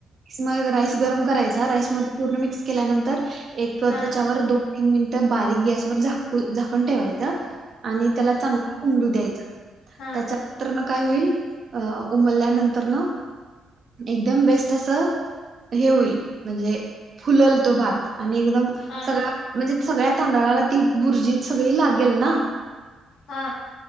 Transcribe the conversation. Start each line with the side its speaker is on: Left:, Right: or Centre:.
Right: मंग राईस गरमं करायंचा राईस मध्यें पूर्ण मिक्स केल्यानंतर एक त्यांच्यावर
Left: हा
Right: दोन तीनं मिनिट बारीक गॅस वरं झांकून ठेवायचं आणि त्यांला चांगलं उलू द्यांयचा
Left: हा
Right: त्यांच्या मंग कायं होईल अं उमरल्यानंतर नं एकदंम बेस्ट असं हे होईल म्हणजे फुललं तो भात आणि एकदंम
Left: हा
Right: सगळं म्हणजे सगळ्यां तांदळांला ती भुर्जी सगळीं लागेल नां
Left: हा